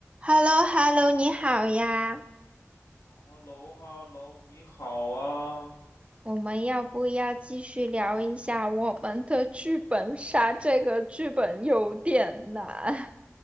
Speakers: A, on the right; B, on the left.
A: h e l l o h e l l o 你好呀，
B: 哈喽哈喽，你好啊，
A: 我们要不要继续聊一下我们的剧本杀？这个剧本有点难，